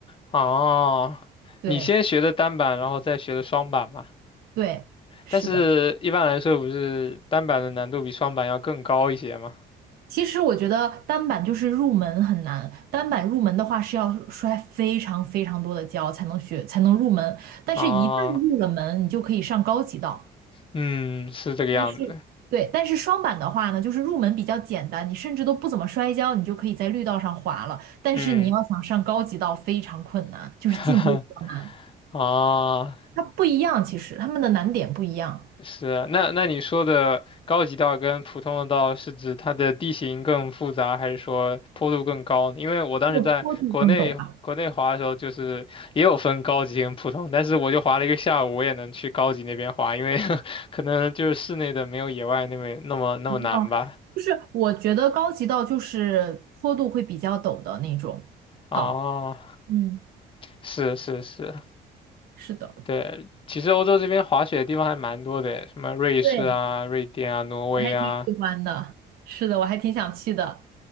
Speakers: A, on the left; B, on the right.
A: 哦，
B: 对
A: 你先学的单板，然后再学的双板吗？
B: 对，是的。
A: 但是一般来说，不是单板的难度比双板要更高一些吗？
B: 其实我觉得单板就是入门很难，单板入门的话是要摔非常非常多的跤才能学，才能入门。但是，
A: 啊，
B: 一旦入了门，你就可以上高级道。
A: 嗯，是这个样子，
B: 但是对，但是双板的话呢，就是入门比较简单，你甚至都不怎么摔跤，你就可以在绿道上滑了。但是你要想上高级道非常困难，
A: 嗯，
B: 就是进阶道，
A: <laughs> 啊，
B: 它不一样，其实它们的难点不一样，
A: 是，那那你说的高级道跟普通的道是指它的地形更复杂，还是说坡度更高呢因为我当时在国内国内滑的时候，
B: 这个坡度更陡吧？
A: 就是也有分高级跟普通，但是我就滑了一个下午，我也能去高级那边滑，因为 <laughs> 可能就是室内的没有野外那么那么那么难吧。
B: 哦，就是我觉得高级道就是坡度会比较陡的那种道。
A: 啊，
B: 嗯，
A: 是是是，
B: 是的，
A: 对，其实欧洲这边滑雪的地方还蛮多的，什么瑞士啊、
B: 对，
A: 瑞典啊、挪威啊，
B: 我还挺喜欢的。是的，我还挺想去的。